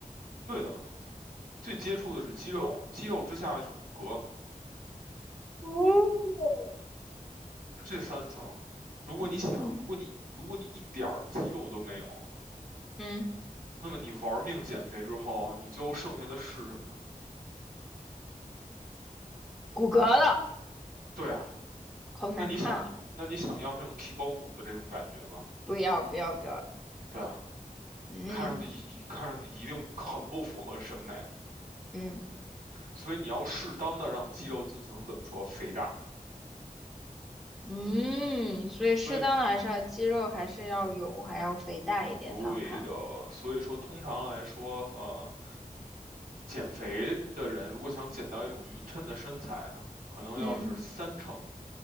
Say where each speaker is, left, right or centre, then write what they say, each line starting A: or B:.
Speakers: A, on the right; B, in the centre.
A: 对的，最接触的是肌肉，肌肉之下就是骨骼，
B: 哦，么？
A: 是这三层。如果你想，
B: 嗯
A: 如果你如果你一点肌肉都没有，
B: 嗯，
A: 那么你玩命减肥之后，你最后剩下的是什么？
B: 骨骼了，
A: 对啊，
B: 好难看啊！
A: 那你想，那你想要这种皮包骨的这种感觉吗？
B: 不要不要不要，
A: 对啊。
B: 嗯
A: 看上去一看上去一定很不符合审美，
B: 嗯
A: 所以你要适当的让肌肉进行怎么说肥大，
B: 嗯，所以适当的还是要肌肉还是要有，
A: 所以通
B: 还要肥大一点才好看。
A: 对的，所以说通常来说，呃，减肥的人如果想减到一种匀称的身材呢，可能要是三成
B: 嗯